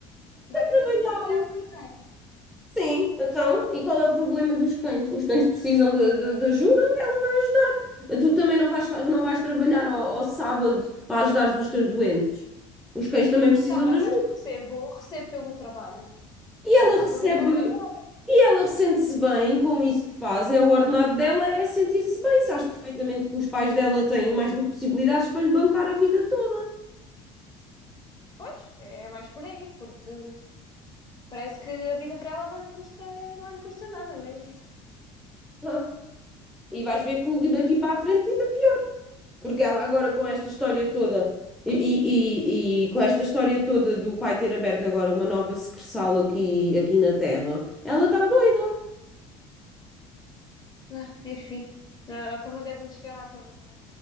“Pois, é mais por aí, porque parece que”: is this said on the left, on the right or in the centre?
Left